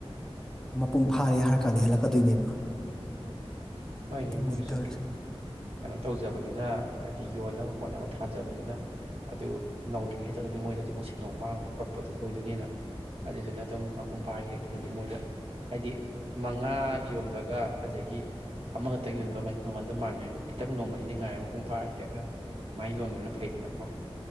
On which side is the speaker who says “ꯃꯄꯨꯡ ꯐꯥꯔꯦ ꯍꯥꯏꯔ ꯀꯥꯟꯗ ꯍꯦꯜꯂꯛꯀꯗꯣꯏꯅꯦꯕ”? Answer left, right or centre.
Centre